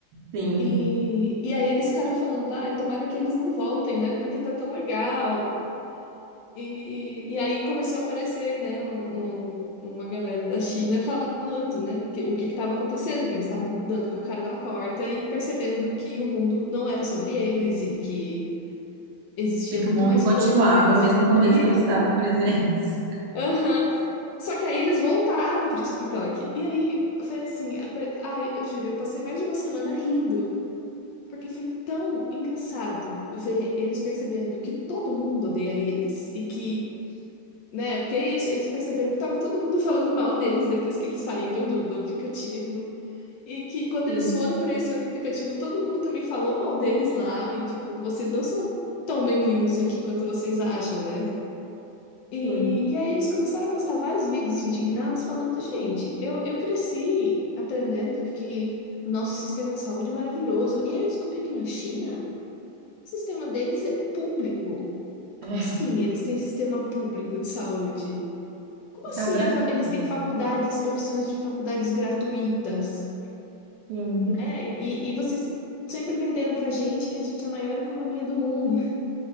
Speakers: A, on the right; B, on the left.
A: Sim.
B: E, e aí eles ficaram falando, ai, tomara que eles não voltem, né? Porque tá tão legal. E, e aí começou a aparecer, né, um, um- uma galera da China falando, né, que, o que estava acontecendo, que eles estavam dando com a cara na porta e percebendo que o mundo não era sobre eles e que existia
A: E que
B: muito
A: o mundo
B: mais
A: continuava,
B: coisa para eles
A: mesmo
B: descobrirem,
A: quando eles não estavam
B: né?
A: presentes.
B: Aham. Só que aí eles voltaram pro TikTok. E aí foi assim, foi- ai, eu juro, eu passei mais de uma semana rindo. Porque foi tão engraçado ver eles percebendo que todo mundo odeia eles e que, né, porque é isso, eles perceberam que tava todo mundo falando mal deles depois que eles saíram do, do aplicativo. E que quando
A: Sim.
B: eles foram para esse outro aplicativo, todo mundo também falou mal deles lá e tipo, vocês não são tão bem-vindos aqui quanto vocês acham, né? E,
A: Sim.
B: e aí eles começaram a postar vários vídeos indignados falando, gente, eu, eu cresci aprendendo que o nosso sistema de saúde é maravilhoso. E aí eu descobri que na China o sistema deles é público. Como
A: É.
B: assim eles têm sistema público de saúde? Como assim
A: Até o Brasil.
B: a fa- eles
A: Sim.
B: têm faculdades, opções de faculdades gratuitas,
A: Sim.
B: né? E, e vocês sempre venderam pra gente que a gente é a maior economia do mundo.